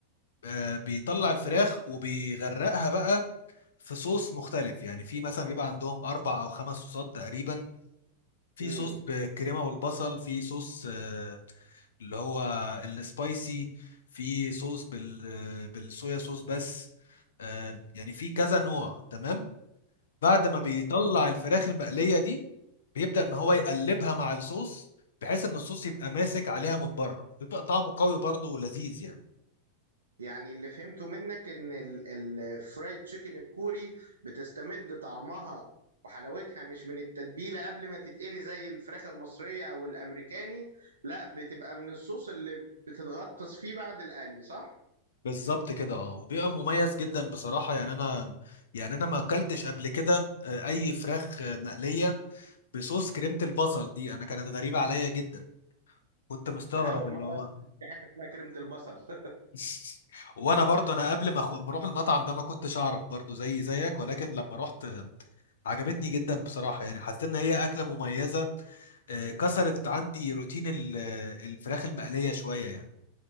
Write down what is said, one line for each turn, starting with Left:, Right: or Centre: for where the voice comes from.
Left: آه، بيطلع الفراخ وبيغرقها بقى في صوص مختلف يعني في مثلا بيبقى عندهم أربع أو خمس صوصات تقريبا في
Right: امم
Left: صوص بالكريمة والبصل في صوص آه، اللي هو السبايسي في صوص بال آه، بالصويا صوص بس آه، يعني في كذا نوع تمام بعد ما بيطلع الفراخ المقلية دي بيبدأ إن هو يقلبها مع الصوص بحيث إن الصوص يبقى ماسك عليها من بره بيبقى طعمه قوي برضه ولذيذ يعني
Right: يعني اللي فهمته منك ان ال- ال- الفرايد تشيكن الكوري بتستمد طعمها وحلاوتها مش من التتبيلة قبل ما تتقلي زي الفراخ المصرية او الامريكاني لا بتبقى من الصوص اللي بتتغطس فيه بعد القلي صح؟
Left: بالظبط كده اه وبيبقى مميز جدا بصراحة يعني أنا يعني أنا ما أكلتش قبل كده آه، أي فراخ آه، مقلية بصوص كريمة البصل دي أنا كانت غريبة عليا جدا كنت مستغرب
Right: انا اول
Left: اللي
Right: مرة
Left: هو
Right: اسمع إن في حاجة اسمها كريمة البصل <laughs>
Left: <laughs> وانا برضو انا قبل ما أخ- ما اروح المطعم ده ما كنتش اعرف برضو زي زيك ولكن لما رحت آه، عجبتني جدا بصراحة يعني حسيت ان هي اكلة مميزة آه، كسرت عندي روتين ال- الفراخ المقلية شوية يعني